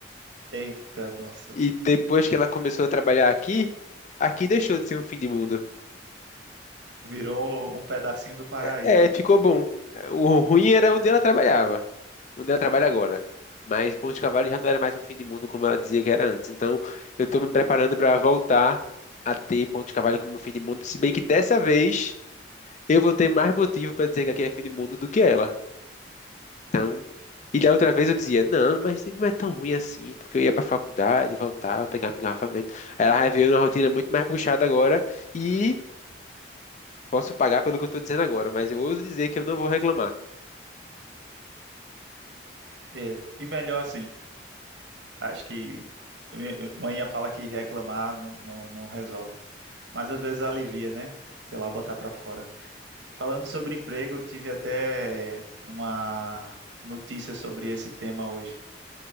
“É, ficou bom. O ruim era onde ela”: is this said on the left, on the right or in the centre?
Left